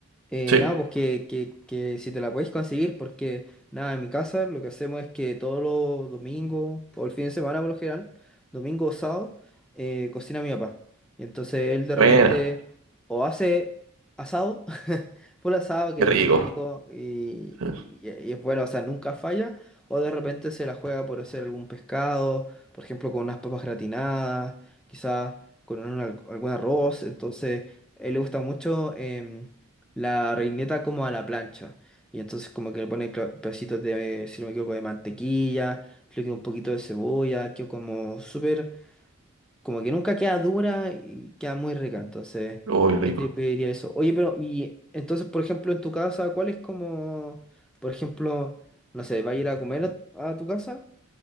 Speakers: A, in the centre; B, on the right (about 85°).
A: eh,
B: Sí.
A: nada, pues que, que, que si te la podéis conseguir, porque nada, en mi casa lo que hacemos es que todos los domingos, o el fin de semana por lo general, domingo o sábado, eh, cocina mi papá. Y entonces él de repente
B: Buena.
A: o hace asado, <laughs> full asado que
B: Qué rico.
A: es muy rico y,
B: Sí.
A: y- y es bueno, o sea, nunca falla, o de repente se la juega por hacer algún pescado, por ejemplo, con unas papas gratinadas, quizás con un al- algún arroz. Entonces, a él le gusta mucho em, la reineta como a la plancha. Y entonces como que le pone cla- pedacitos de, si no me equivoco, de mantequilla, creo que un poquito de cebolla, que como súper como que nunca queda dura y queda muy rica, entonces
B: Oh, qué rico.
A: ahí te pediría eso. Oye, pero y entonces, por ejemplo, en tu casa, ¿cuál es como, por ejemplo, no sé, vas a ir a comer a, a tu casa